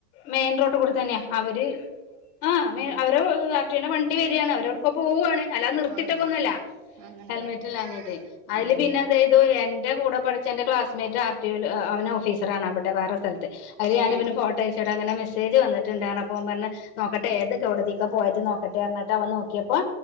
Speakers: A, on the left; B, on the right.
A: മെയിൻ റോഡ് കൂടി തന്നെയ അവര് ആ മെ
B: ഏഹ്
A: അവരെ <unintelligible> വണ്ടി വരിയാണ് അവരോട് ഇപ്പൊ പോവ്വാണ് അല്ലാതെ നിർത്തിട്ടേക്കൊന്നല്ല
B: ആഹ് അങ്ങനെ അങ്ങനല്ലേ
A: ഹെൽമെറ്റില്ലാഞ്ഞിട്ട് അതില്
B: ഉം
A: പിന്നെ എന്തെയ് ഇത്എന്റെ കൂടെ പഠിച്ച എന്റെ ക്ലാസ്മേറ്റ് ആർടിഒൽ അവന് ഓഫീസറാണ് അവിടെ വേറെ സ്ഥലത്ത് അയില് ഞാനിവന്റെ
B: ഉം
A: ഫോട്ടോയച്ചോട അങ്ങനെ മെസേജ് വന്നിട്ടുണ്ട അപ്പ അവൻ പറഞ്ഞ നോക്കട്ടെ ഏത് കോടതിക്ക പോയത്‌ നോക്കട്ടെ പറഞ്ഞിട്ട അവൻ നോക്കിയപ്പോ